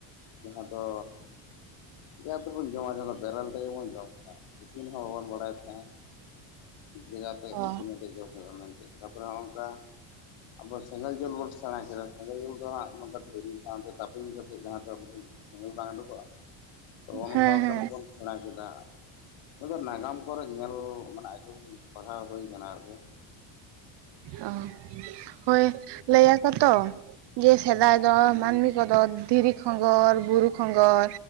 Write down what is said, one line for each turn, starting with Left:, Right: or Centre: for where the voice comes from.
Left: ᱡᱟᱦᱟᱸ ᱫᱚ᱾ ᱪᱮᱠᱟ ᱠᱟᱛᱮᱵᱚᱱ ᱡᱚᱢᱟ ᱵᱮᱨᱮᱞ ᱛᱮᱜᱮᱵᱚᱱ ᱡᱚᱢ ᱛᱟᱦᱮᱸᱜ ᱤᱥᱤᱱ ᱦᱚᱸ ᱵᱟᱵᱚᱱ ᱵᱟᱲᱟᱭ ᱛᱟᱦᱮᱸᱜ-ᱟ᱾ <unintelligible>
Right: ᱚ
Left: ᱤᱥᱤᱱ ᱠᱟᱛᱮᱫ ᱡᱚᱢ ᱦᱩᱭᱩᱜᱼᱟ ᱢᱮᱱᱛᱮ ᱛᱟᱯᱚᱨᱮ ᱦᱚᱸ ᱚᱱᱠᱟ, ᱟᱵᱚ ᱥᱮᱸᱜᱮᱞ ᱡᱩᱞ ᱵᱚᱱ ᱥᱮᱬᱟ ᱠᱮᱫᱟ ᱥᱮᱸᱜᱮᱞ ᱡᱩᱞ ᱫᱚ ᱦᱟᱸᱜ ᱱᱚᱝᱠᱟ ᱫᱷᱤᱨᱤ ᱥᱟᱶᱛᱮ, ᱛᱟᱯᱤᱧ ᱠᱟᱛᱮᱫ ᱡᱟᱦᱟᱸ ᱫᱚ ᱢᱤᱫᱴᱮᱱ ᱥᱮᱸᱜᱮᱞ ᱵᱟᱝ ᱩᱰᱩᱠᱚᱜᱼᱟ? ᱛᱚ ᱚᱱᱠᱟ
Right: ᱦᱮᱸ
Left: ᱞᱮᱠᱟ
Right: ᱦᱮᱸ
Left: ᱛᱮᱵᱚᱱ ᱥᱮᱬᱟ ᱠᱮᱫᱟ ᱟᱫᱚ ᱱᱟᱜᱟᱢ ᱠᱚᱨᱮ ᱧᱮᱞ ᱢᱟᱱᱮ, ᱟᱸᱡᱚᱢ ᱯᱟᱲᱦᱟᱣ ᱦᱩᱭ ᱟᱠᱟᱱᱟ ᱟᱨᱠᱤ᱾
Right: ᱚ ᱦᱳᱭ ᱞᱮᱭᱟ ᱠᱚᱛᱚ ᱡᱮ ᱥᱮᱫᱟᱭ ᱫᱚ ᱢᱟᱹᱱᱢᱤ ᱠᱚᱫᱚ ᱫᱷᱤᱨᱤ ᱠᱷᱚᱸᱜᱚᱨ ᱵᱩᱨᱩ ᱠᱷᱚᱸ ᱜᱚᱨ